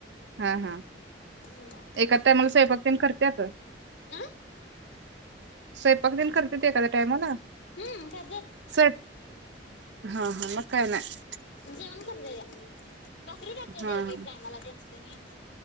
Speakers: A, on the right; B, on the left.
A: हा हा
B: हम
A: एका टायमाला स्वयंपाक तेन करत्यात
B: आं
A: स्वयंपाक तेन करत्यात एखाद्या टायमाला
B: हम्म करत्यात
A: स्वय हा हा मग काय नाही
B: जेवण करतोया भाकरी टाकतात
A: हा
B: एक
A: हा
B: एक टायमाला त्यास्नी आणि